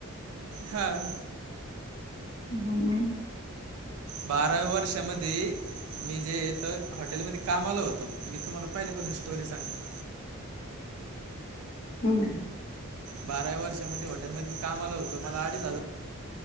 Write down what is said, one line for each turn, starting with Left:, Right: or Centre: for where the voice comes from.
Right: हां.
Left: हा मग.
Right: बाराव्या वर्षामध्ये मी जेे हे त हॉटेलमध्ये कामाला होतो. मी तुम्हाला पहिल्यापासून स्टोरी सांगतो.
Left: हम्म.
Right: बाराव्या वर्षामध्ये हॉटेलमध्ये मी कामाला होतो मला अडीच हजार